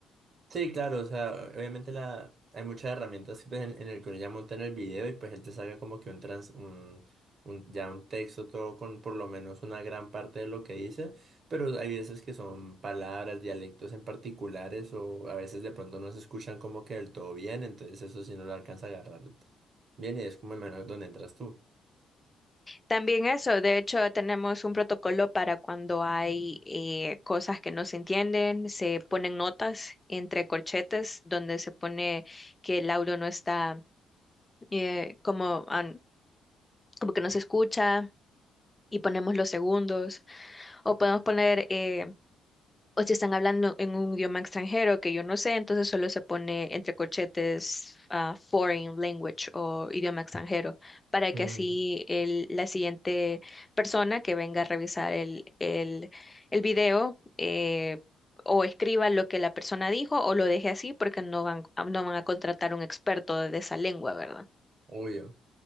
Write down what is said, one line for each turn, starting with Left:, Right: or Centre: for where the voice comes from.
Right: Sí, claro, o sea, obviamente la, hay muchas herramientas que, pues, en, en el que uno ya monta en el video y pues él te salga como que un trans, un, un- ya un texto todo con por lo menos una gran parte de lo que dice, pero hay veces que son palabras, dialectos en particulares o a veces de pronto no se escuchan como que del todo bien, entonces eso sí no lo alcanza a agarrar bien y es como el menos donde entras tú.
Left: También eso, de hecho, tenemos un protocolo para cuando hay eh, cosas que no se entienden, se ponen notas entre corchetes donde se pone que el audio no está eh, como, an- como que no se escucha y ponemos los segundos o podemos poner eh, o si están hablando en un idioma extranjero que yo no sé, entonces solo se pone entre corchetes ah, foreign language o idioma extranjero, para
Right: Mm,
Left: que así el- la siguiente persona que venga a revisar el, el- el video eh, o escriba lo que la persona dijo o lo deje así porque no van, no van a contratar un experto de esa lengua, ¿verdad?
Right: obvio.